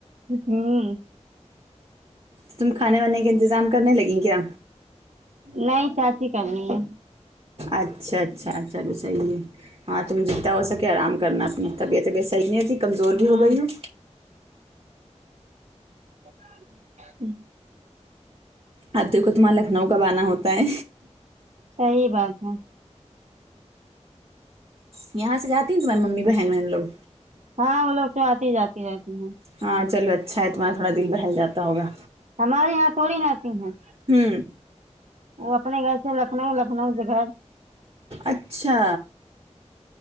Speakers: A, on the right; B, on the right.
A: ہوں ہوں
B: تم کھانے وانے کے انتظام کرنے لگیی کیا
A: نہیں چاچی کری ہے
B: اچھا اچھا چلو صحیح ہے ہاں تم جتنا ہو سکے آرام کرنا طبیعت ابیت صحیح نہیں ہوی کمزور بھی
A: ہاں
B: ہو گئی ہوں
A: <inaudible>
B: آب دیکھو تمھیں لکھنؤ کب آنا ہوتا ہے
A: صحیح بات ہے
B: یہاں سے جاتی ہیں تمہاری ممی بہن وہن لوگ
A: ہاں وہ لوگ تو آتے جاتے رہتی ہیں
B: ہاں چلو اچھا ہے تمہارا تھوڑا دل بہل جاتا ہوگا
A: ہمارے یہاں تھوڑی نا آتی ہیں
B: ہوں
A: وہ اپنے گھر سے لکھنؤ لکھنؤ سے گھر
B: اچھا